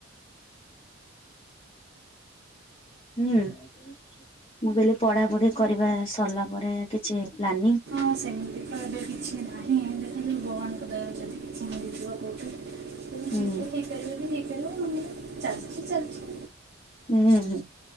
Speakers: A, on the left; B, on the right.
A: ହୁଁ ମୁଁ କହିଲି ପଢ଼ାପଢ଼ି କରିବା ସରିଲା ପରେ କିଛି ପ୍ଲାନିଂ?
B: ହଁ ସେମିତି ତ ଏବେ କିଛି ନାହିଁ ଦେଖାଯାଉ ଭଗବାନଙ୍କ ଦୟାରୁ ଯଦି ମିଳିଯିବ କୋଉଠି ତେବେ
A: ହୁଁ
B: ହେଇପାରିବ ଯଦି ହେଇପାରିବ ନହେଲେ ଚାଲିଚି ଚାଲିଚି।
A: ଉଁ-ହୁଁ